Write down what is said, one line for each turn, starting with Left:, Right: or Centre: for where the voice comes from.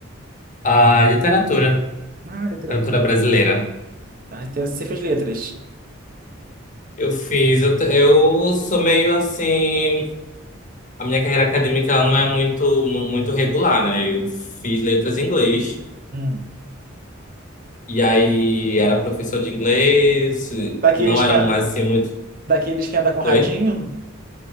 Left: A literatura,
Right: Ah, literatura.
Left: literatura brasileira.
Right: Tá, então você fez letras.
Left: Eu fiz, eu, te- eu sou meio assim, a minha carreira acadêmica ela não é muito mu- muito regular, né? Eu fiz letras em inglês
Right: Hum.
Left: e aí era professor de inglês,
Right: Daqueles
Left: não era
Right: que
Left: mais assim muito
Right: Daqueles que anda com radinho?
Left: Oi?